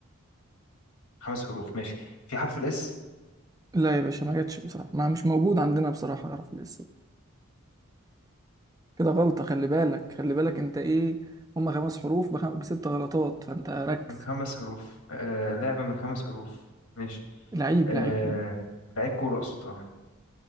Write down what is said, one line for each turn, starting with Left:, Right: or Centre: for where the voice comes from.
Left: خمس حروف ماشي في حرف الاس
Right: لا يا باشا ما جاتش بصراحة ما مش موجود عندنا بصراحة يعرف الاسم كده غلطة خلي بالك خلي بالك انت ايه هما خمس حروف بخم... بست غلطات فانت ركز
Left: من خمس حروف آه لعبة من خمس حروف ماشي
Right: لعيب
Left: آه
Right: لعيب كورة
Left: لعيب كورة أقصد اه